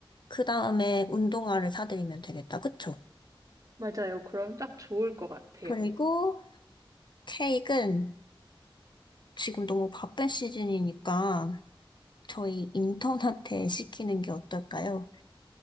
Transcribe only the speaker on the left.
그 다음에 운동화를 사드리면 되겠다. 그쵸?
그리고 케이크는 지금 너무 바쁜 시즌이니까 저희 인턴한테 시키는 게 어떨까요?